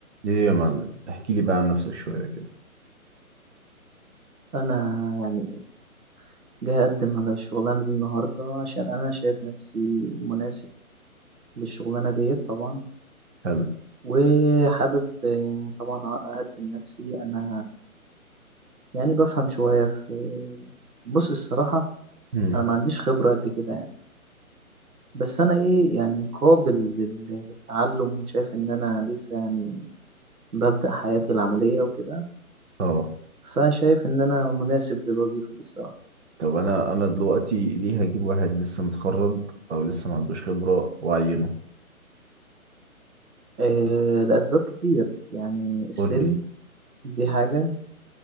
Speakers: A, on the right (about 50°); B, on the right (about 80°).
A: ايه يا معلم احكي لي بقى عن نفسك شوية كده
B: أنا يعني جاي أقدّم على الشغلانة دي النهارده، عشان أنا شايف نفسي مناسب للشغلانة ديّة طبعًا،
A: حلو
B: وحابب آه، طبعًا أ أقدّم نفسي، أنا يعني بافهم شوية في بُص الصراحة
A: مم.
B: أنا ما عنديش خبرة قد كده يعني، بس أنا إيه يعني قابل لل للتعلّم، وشايف إن أنا لسه يعني بابدأ حياتي العملية وكده،
A: اه
B: فشايف إن أنا مناسب للوظيفة دي الصراحة،
A: طب انا انا دلوقتي ليه هجيب واحد لسه متخرج او لسه ما عندوش خبرة واعينه
B: آآ لأسباب كتير يعني السِن
A: قول لي
B: دي حاجة